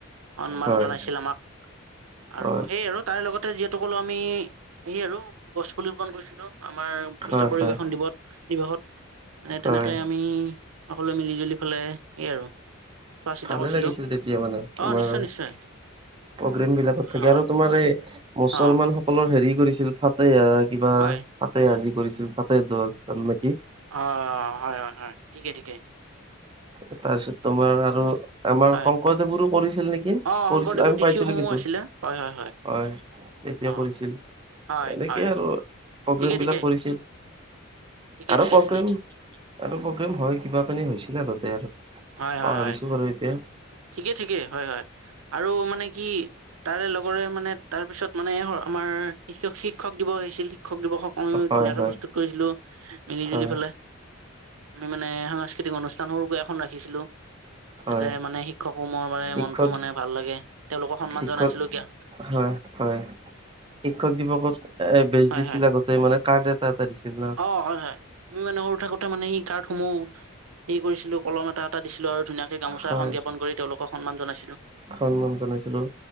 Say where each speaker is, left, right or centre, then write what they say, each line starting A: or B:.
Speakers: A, on the right; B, on the right.
A: সন্মান
B: হয়।
A: জনাইছিল আমাক, আৰু
B: হয়
A: সেইয়া আৰু তাৰ লগতে যিহেতু কলো আমি সেই য়ে আৰু গছ পুলি ৰোপন কৰিছিলো আমাৰ বিশ্ব
B: হয়
A: পৰিবেশন
B: হয়
A: দিৱস দিৱসত। মানে তেনেকে
B: হয়
A: আমি সকলোৱে মিলি জুলি পেলাই সেইয়ে আৰু। চোৱা চিতা
B: ভালেই
A: কৰিছিলো
B: লাগিছিল তেতিয়া মানে তোমাৰ
A: অ নিশ্চয় নিশ্চয়
B: প্ৰগ্ৰেম বিলাকত থাকি
A: অ
B: আৰু তোমাৰ এই মুছলমান
A: অ
B: সকলৰ হেৰি কৰিছিল ফতেহা কিবা
A: হয়
B: তাকে আজি কৰিছিল তাতে দচ জন নেকি?
A: অ' হয়, হয়, হয়, ঠিকে, ঠিকেই।
B: তাৰপিছত তোমাৰ আৰু আমাৰ
A: হয়
B: শংকৰদেৱৰো কৰিছিল নেকি কি
A: অ শংকৰদেৱৰ
B: কৰিছিল আমি
A: তিথিসমূহ
B: পাইছিলো কিন্তু
A: আছিলে হয় হয়
B: হয় এতিয়া
A: অ
B: কৰিছিল।
A: হয়
B: এনেকেই
A: হয়
B: আৰু প্ৰগ্ৰেম
A: ঠিকে ঠিকে
B: বিলাক কৰিছিল।
A: ঠিকে
B: আৰু
A: ঠিকে
B: প্ৰগ্ৰেম
A: ঠিকে
B: আৰু প্ৰগ্ৰেম হয়, কিবা কানি হৈছিলে আগতে আৰু।
A: হয়, হয়,
B: পাহৰিছো
A: হয়,
B: বাৰু এতিয়া
A: ঠিকেই, ঠিকে হয়, হয় আৰু মানে কি তাৰে লগৰে মানে তাৰ পিছত মানে আমাৰ শিক্ষক দিৱ হৈছিল শিক্ষক দিৱসক আমি
B: হয়
A: ধুনীয়াকৈ
B: হয়
A: প্ৰস্তুত কৰিছিলো মিলিজুলি
B: হয়
A: ফেলাই। আমি মানে সাংস্কৃতিক অনুষ্ঠানো সৰুকৈ এখন ৰাখিছিলো।
B: হয়
A: যাতে মানে শিক্ষকসমোহৰ মানে
B: শিক্ষক
A: মনটো মানে ভাল লাগে তেওঁলোকক সন্মান
B: শিক্ষক
A: জনাইছিলো কিয়।
B: হয়, হয়। শিক্ষক দিৱসত এ বেজ
A: হয়
B: দিছিল
A: হয়
B: আগতে মানে কাৰ্ড এটা এটা দিছিল ন।
A: অ হয় হয় আমি মানে সৰু থাকোতে মানে ই কাৰ্ডসমূহ হেৰি কৰিছিলোঁ কলম এটা, এটা দিছিলোঁ আৰু ধুনীয়াকে। গামোচা
B: হয়
A: এখন জ্ঞাপন কৰি তেওঁলোকক সন্মান জনাইছিলোঁ।
B: সন্মান জনাইছিলোঁ